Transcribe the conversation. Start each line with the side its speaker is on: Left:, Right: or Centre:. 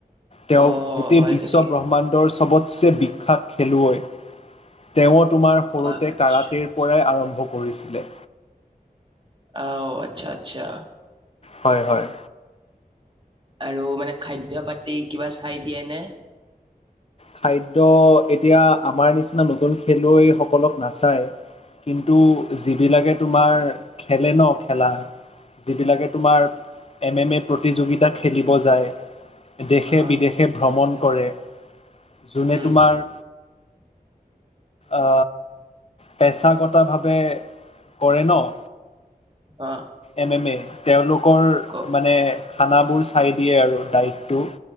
Left: তেওঁ
Right: অ',
Left: গোটেই
Right: হয়
Left: বিশ্ব
Right: নেকি?
Left: ব্ৰহ্মাণ্ডৰ চবত বিখ্যাত খেলুৱৈ, তেওঁ তোমাৰ সৰুতে
Right: অ', আচ্ছা
Left: কাৰাটেৰ পৰাই আৰম্ভ কৰিছিলে।
Right: অ', আচ্ছা আচ্ছা।
Left: হয়, হয়,
Right: আৰু মানে খাদ্য পাতি কিবা চাই দিয়ে নে?
Left: খাদ্য এতিয়া আমাৰ নিচিনা নতুন খেলুৱৈসকলক নাচায়। কিন্তু যিবিলাকে তোমাৰ খেলে ন খেলা যিবিলাকে তোমাৰ এম এম এ প্ৰতিযোগিতা খেলিব যায় দেশে
Right: অ',
Left: বিদেশে ভ্ৰমণ কৰে যোনে
Right: উম,
Left: তোমাৰ
Right: <inaudible>
Left: আ, পেছাগত ভাৱে কৰে ন'
Right: অ',
Left: এম এম এ তেওঁলোকৰ
Right: কওক
Left: মানে খানাবোৰ চাই দিয়ে আৰু। দায়িতটো